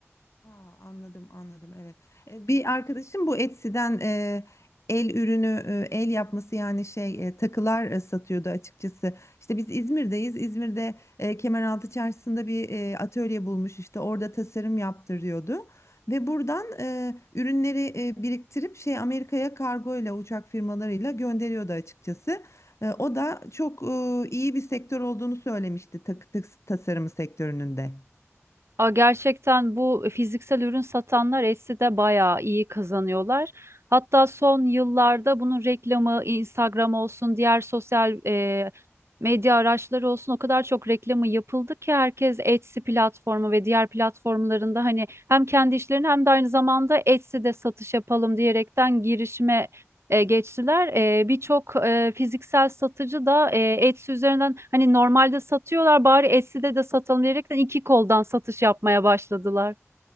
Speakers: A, on the left; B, on the right.
A: Aa, anladım anladım evet. E, Bir arkadaşım bu Etsy'den e, el ürünü e, el yapması yani şey e, takılar e, satıyordu açıkçası. İşte biz İzmir'deyiz. İzmir'de e, Kemeraltı Çarşısı'nda bir e, atölye bulmuş işte orada tasarım yaptırıyordu. Ve buradan e, ürünleri e, biriktirip şey Amerika'ya kargoyla uçak firmalarıyla gönderiyordu açıkçası. E, o da çok e, iyi bir sektör olduğunu söylemişti takı tas- tasarımı sektörünün de.
B: Aa, gerçekten bu fiziksel ürün satanlar Etsy'de bayağı iyi kazanıyorlar. Hatta son yıllarda bunun reklamı Instagram olsun, diğer sosyal e, medya araçları olsun o kadar çok reklamı yapıldı ki herkes Etsy platformu ve diğer platformlarında hani hem kendi işlerini hem de aynı zamanda Etsy'de satış yapalım diyerekten girişime e, geçtiler. E, birçok e, fiziksel satıcı da e, Etsy üzerinden hani normalde satıyorlar bari Etsy'de de satalım diyerekten iki koldan satış yapmaya başladılar.